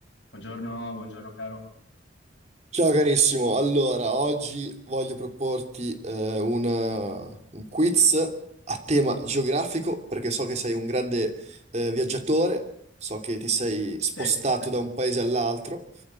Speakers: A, on the left; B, on the right.
A: Buongiorno, buongiorno caro.
B: Ciao carissimo, allora oggi voglio proporti eh, una- un quiz a tema geografico perché so che sei un grande eh, viaggiatore, so che ti sei spostato
A: Sì, sì,
B: da un paese all'altro